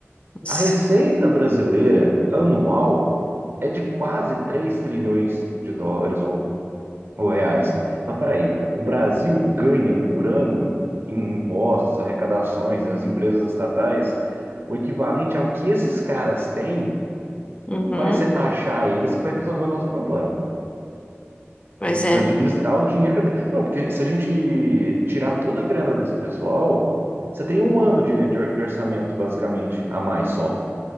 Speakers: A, on the left; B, on the right.
A: Mas-
B: A receita brasileira anual é de quase 3 trilhões de dólares ou ou reais. Mas peraí, o Brasil ganha por ano em impostos, arrecadações, né, as empresas estatais, o equivalente ao que esses caras têm,
A: Uhum.
B: não vai ser taxar eles que vai resolver o nosso problema.
A: Pois
B: A gente precisa
A: é.
B: administrar o dinheiro. que- Não, porque se a gente tirar toda a grana desse pessoal, você tem um ano de, de or- de orçamento, basicamente, a mais só.